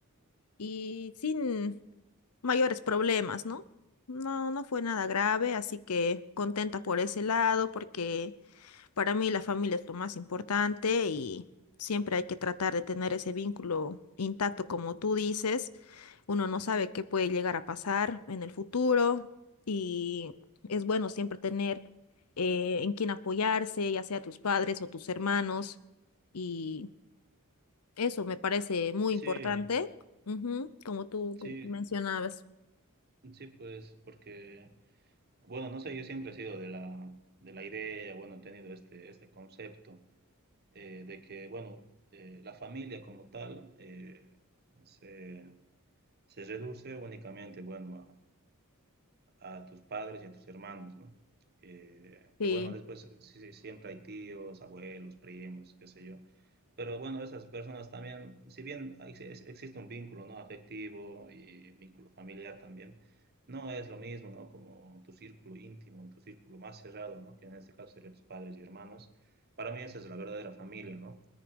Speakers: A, on the left; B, on the right.
A: y sin mayores problemas, ¿no? No, no fue nada grave, así que contenta por ese lado, porque para mí la familia es lo más importante y siempre hay que tratar de tener ese vínculo intacto, como tú dices. Uno no sabe qué puede llegar a pasar en el futuro y es bueno siempre tener eh, en quién apoyarse, ya sea tus padres o tus hermanos. Y eso me parece muy
B: Sí,
A: importante, ujú, como tú
B: sí,
A: mencionabas.
B: sí, pues, porque, bueno, no sé, yo siempre he sido de la, de la idea, bueno, he tenido este, este concepto eh, de que, bueno, eh, la familia como tal eh, se, se reduce únicamente, bueno, a, a tus padres y a tus hermanos, ¿no? Eh,
A: Sí.
B: que bueno, después sí, sí, siempre hay tíos, abuelos, primos, qué sé yo. Pero bueno, esas personas también, si bien ex- ex- existe un vínculo, ¿no? Afectivo y vínculo familiar también, no es lo mismo, ¿no? Como tu círculo íntimo, tu círculo más cerrado, ¿no? Que en este caso serían tus padres y hermanos. Para mí esa es la verdadera familia, ¿no?